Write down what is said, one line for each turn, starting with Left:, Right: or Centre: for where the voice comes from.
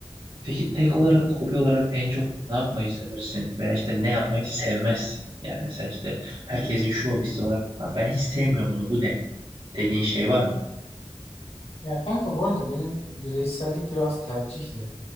Right: Peki tek olarak
Left: <laughs>
Right: hobi olarak en çok ne yapmayı seversin? Veya işte ne yapmayı sevmezsin? Yani mesela işte herkesin şu hobisi var. "Lan Ben hiç sevmiyorum bunu. Bu ne? Dediğin şey var mı?
Left: Ya kanka bu arada benim bireysellik biraz tercihle.